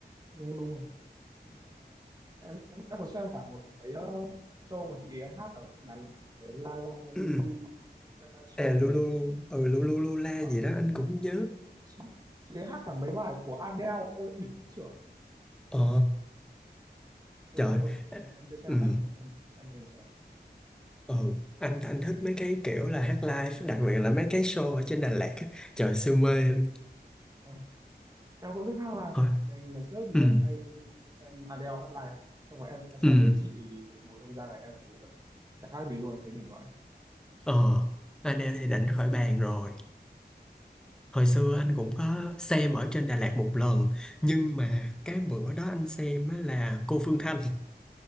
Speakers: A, on the right; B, in the centre.
A: đúng đúng rồi chị, em em em còn xem cả một cái ờ, show mà chị ấy hát ở Đà Lạt cái La La Lu
B: ừ
A: Lu La La Show
B: à
A: gì
B: lulu
A: ấy
B: ừ lulu lula
A: Ờ,
B: gì đó anh cũng nhớ
A: chị chị ấy hát cả mấy bài của Adele ôi đỉnh vãi chưởng
B: ờ
A: siêu
B: trời
A: hay luôn nếu mà anh chưa xem
B: ừ
A: anh anh anh nên xem
B: ừ anh anh thích mấy cái kiểu là hát live đặc biệt là mấy cái show ở trên Đà Lạt á. trời siêu mê luôn.
A: Ờ, em cũng thích hát live
B: thôi
A: ngày ngày trước thì
B: ừ
A: em hay xem Adele hát live xong rồi em em xem
B: ừ
A: đến chị Bùi Hương Giang này em thấy kiểu chẳng khác gì luôn thấy đỉnh vậy
B: ờ anh em thì định khỏi bàn rồi hồi xưa anh cũng có xem ở trên Đà Lạt một lần nhưng mà cái bữa đó anh xem á là cô Phương Thanh